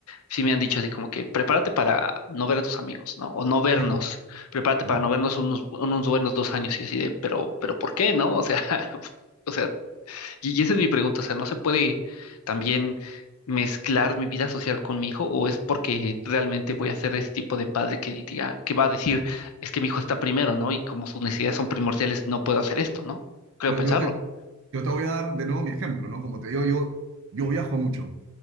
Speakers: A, on the left; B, on the right.
A: sí me han dicho así como que prepárate para no ver a tus amigos, ¿no? O no vernos,
B: Sí,
A: prepárate
B: claro.
A: para no vernos unos, unos buenos dos años y así de, pero, pero ¿por qué, no? O sea, <laughs> o sea, y y esa es mi pregunta, o sea, ¿no se puede también mezclar mi vida social con mi hijo o es porque realmente voy a ser ese tipo de padre que diría, que va a decir, es que mi hijo está primero, ¿no? Y como sus necesidades son primordiales, no puedo hacer esto, ¿no? Creo
B: No,
A: pensarlo.
B: Yo, te, Yo te voy a dar de nuevo mi ejemplo, ¿no? Como te digo, yo, yo viajo mucho.